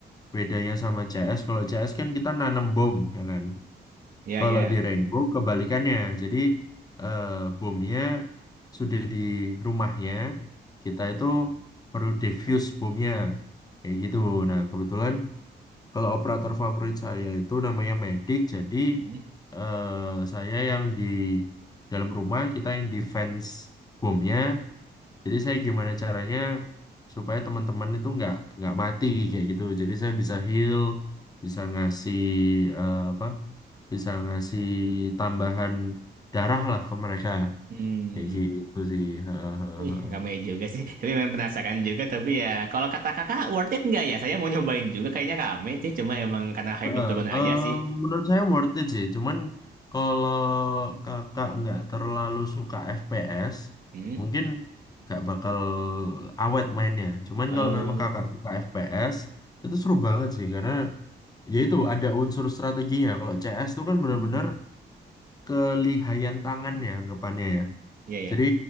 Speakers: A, on the left (about 20°); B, on the right (about 50°).
A: bedanya sama CS, kalau CS kan kita nanam bom ya kan.
B: Ya,
A: Kalau
B: ya.
A: di Hmm. Rainbow kebalikannya. Jadi eh, bomnya sudah di rumahnya, kita itu perlu defuse bomnya. Kayak gitu. Nah, kebetulan kalau operator favorit saya itu namanya Medic, jadi
B: Hmm.
A: eh, saya yang di dalam rumah, kita yang defense bomnya jadi saya gimana caranya supaya teman-teman itu nggak nggak mati kayak gitu. Jadi saya bisa heal, bisa ngasih eh, apa? Bisa ngasih tambahan darah lah ke mereka
B: Hmm.
A: kayak gitu sih. <laughs>
B: Wih, ramai juga sih. Tapi memang penasaran juga. Tapi ya, kalau kata kakak, worth it nggak ya? Saya mau nyobain juga. Kayaknya rame sih. Cuma emang karena hype-nya
A: Heeh,
B: turun
A: em,
B: aja sih.
A: menurut saya worth it sih. Cuman kalau kakak nggak terlalu suka FPS,
B: Hmm.
A: mungkin nggak bakal awet mainnya. Cuman
B: Oh.
A: kalau memang kakak suka FPS, itu seru banget sih karena ya itu ada unsur strateginya. Kalau CS itu kan benar-benar
B: Hmm.
A: kelihayan tangan ya anggapannya ya.
B: Iya, ya.
A: Jadi